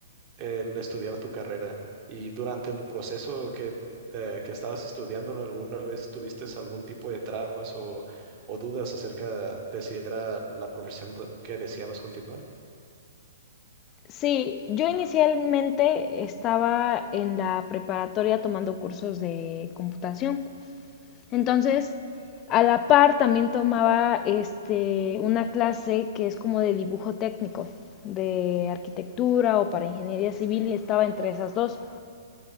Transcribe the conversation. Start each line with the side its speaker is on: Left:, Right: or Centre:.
Right: eh, el estudiar tu carrera? Y durante el proceso que, eh, que estabas estudiando, ¿alguna vez tuviste algún tipo de trabas o, o dudas acerca de si era la profesión do- que deseabas continuar?
Left: Sí, yo inicialmente estaba en la preparatoria tomando cursos de computación. Entonces, a la par también tomaba este una clase que es como de dibujo técnico, de arquitectura o para ingeniería civil y estaba entre esas dos.